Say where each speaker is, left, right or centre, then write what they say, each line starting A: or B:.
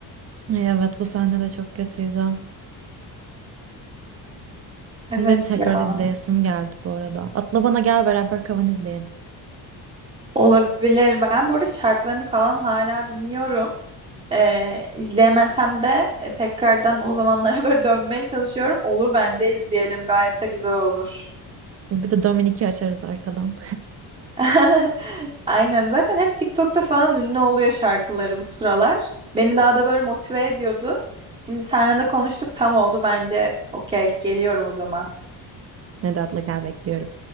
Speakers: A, on the right; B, on the right.
A: Ay, Evet bu sahne de çok kötüydü.
B: Evet
A: Benim tekrar
B: ya
A: izleyesim geldi bu arada. Atla bana gel beraber Kavan izleyelim.
B: olabilir. Ben burada şarkılarını falan hala dinliyorum. Ee, izleyemesem de e, tekrardan o zamanlara <laughs> böyle dönmeye çalışıyorum. Olur bence izleyelim. Gayet de güzel olur.
A: Bir de Dominik'i açarız arkadan.
B: <laughs> Aynen. Zaten hep TikTok'ta falan ünlü oluyor şarkıları bu sıralar. Beni daha da böyle motive ediyordu. Şimdi seninle de konuştuk tam oldu bence. Okey, geliyorum o zaman.
A: <laughs> Hadi atla gel bekliyorum.